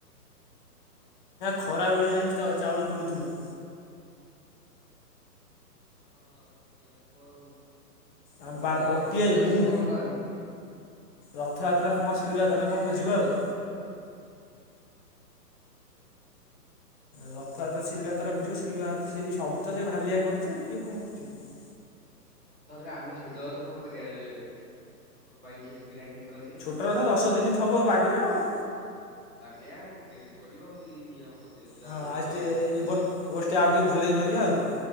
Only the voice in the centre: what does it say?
ହଁ।
ହଁ ସେଇଆ ହବ
ଆଉ।
ଆଉ
ରଥଉପରେ ଆମେ ଛୋଟ ରଥ କଣ କରିବା? ରଥ ପାଇଁ କିଛି କିଣା କିଣି କରିବା।
ବାଗେଇବା, ସେଠି ଗେଟ୍ ପଡିିବ, ଇଏ ହବ ସଜାସଜି
କରିଦବା
ହେଲା।